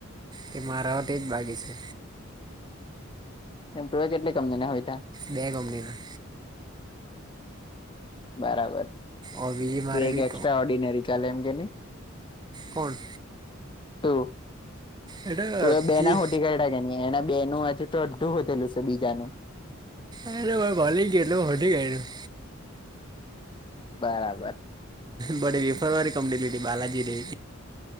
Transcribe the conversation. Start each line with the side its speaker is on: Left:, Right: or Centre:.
Right: તે મારા માટે જ બાગે છે.
Left: એમ કેટલી કમની ના હોય, તા
Right: બે કંપનીના
Left: બરાબર
Right: ઓર બીજી મારે
Left: એ એક
Right: બી
Left: એસ્ટ્રા ઓર્ડિનરી ચાલે એમ કે નહી.
Right: કોણ
Left: તું
Right: એટલે
Left: એ બે ના ખોટી કર એના બે નું હજુ તો અડધું વધેલું છે બીજાનુ
Right: અરે ભાઈ ભલી ગેલું હોટીી ગયુ.
Left: બરાબર
Right: બડે વ વિફરકારી કંની લીધલી બલાાજી ર